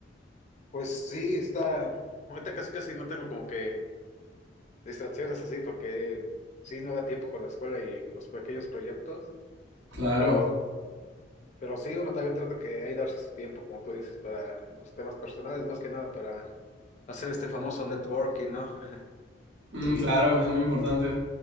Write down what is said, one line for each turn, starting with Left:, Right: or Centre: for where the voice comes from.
Left: Pues sí, está, ahorita casi casi no tengo como que distracciones así, porque sí, no da tiempo con la escuela y los pequeños proyectos,
Right: Claro,
Left: pero, pero sí, uno también trata que ahí darse su tiempo, como tú dices, para los temas personales, más que nada para hacer este famoso networking, ¿no? <laughs>
Right: Mm,
Left: Y
Right: claro, es muy importante.